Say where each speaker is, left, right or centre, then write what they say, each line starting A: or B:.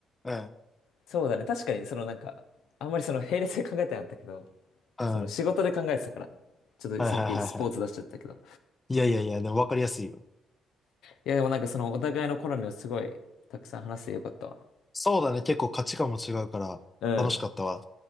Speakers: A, on the left; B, on the left.
A: ええ。
B: そうだね。確かにそのなんか、あんまりその並列で考えてなかったけど、
A: うん。
B: その仕事で考えてたから。
A: は
B: ちょっとさっきスポーツ出しちゃったけど。
A: いはいはいはい。いやいやいや、でも分かりやすいよ。
B: いやでもなんかそのお互いの好みをすごいたくさん話してよかったわ。
A: そうだね、結構価値観も違うから楽しかったわ。
B: うん。